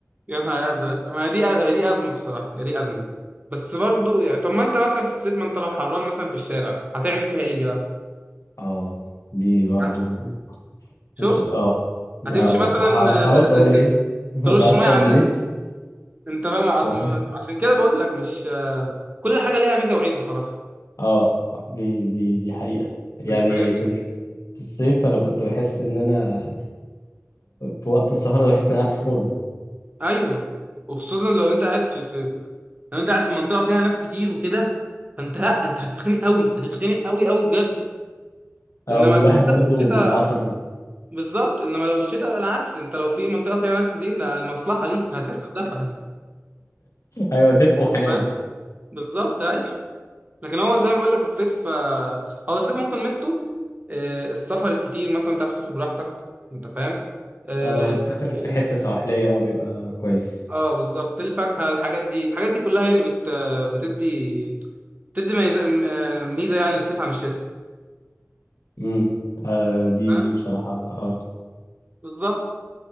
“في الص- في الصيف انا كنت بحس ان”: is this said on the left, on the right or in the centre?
Left